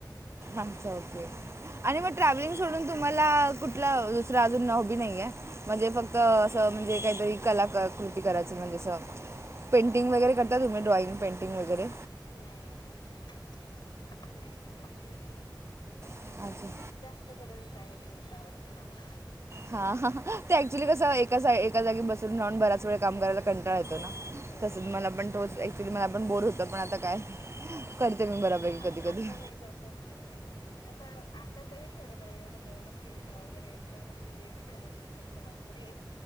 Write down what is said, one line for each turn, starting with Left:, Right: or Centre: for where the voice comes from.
Right: अच्छा ओके आणि मग ट्रॅव्हलिंग सोडून तुम्हाला कुठलं दुसर अजून हॉबी नाहीये म्हणजे फक्त असं म्हणजे काहीतरी कला कृती करायची म्हणजे अस? पेंटिंग वैगेरे करता तुम्ही ड्रॉइंग पेंटिंग वैगेरे?
Left: नाही नाही नाही. मी नाही करत मी.
Right: अच्छा
Left: जास्त करून ट्रॅव्हलिंगच आवडते मला.
Right: हा ते ऍक्च्युली कसं एका एका जागी बसरून राहून बराच वेळ काम करायला कंटाळा येतो
Left: होऊन
Right: ना.
Left: जातं
Right: तसंच
Left: माणूस
Right: मला पण
Left: खरंच
Right: तोच ऍक्च्युली मला पण बोर होत पण आता काय करते मी बरापैकी
Left: आता
Right: कधी कधी.
Left: नाही जात येणार बाई आता आता तरी थोडं बर एवढं तेवढं फिरता वगैरे येत म्हणजे <unintelligible> झाले नंतर तर बापरे.